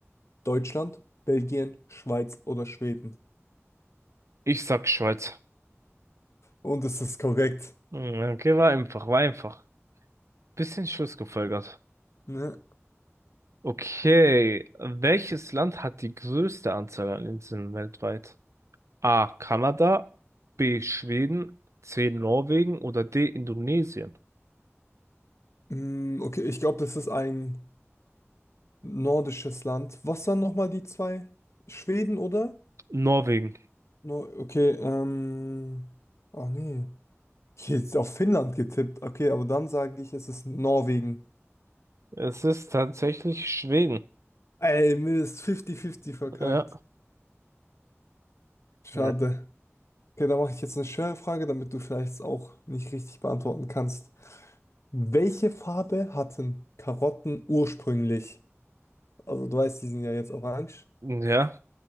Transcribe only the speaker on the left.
Deutschland, Belgien, Schweiz oder Schweden?
Und es ist korrekt.
Ne?
Mm, okay, ich glaube, das ist ein nordisches Land. Was waren nochmal die zwei? Schweden, oder?
No, okay, ähm. Ach nee. Hier jetzt auf Finnland getippt. Okay, aber dann sage ich, es ist Norwegen.
Ey, Mist, 50-50 verkackt.
Schade.
Okay, da mache ich jetzt eine schwere Frage, damit du vielleicht auch nicht richtig beantworten kannst. Welche Farbe hatten Karotten ursprünglich? Also du weißt, die sind ja jetzt orange.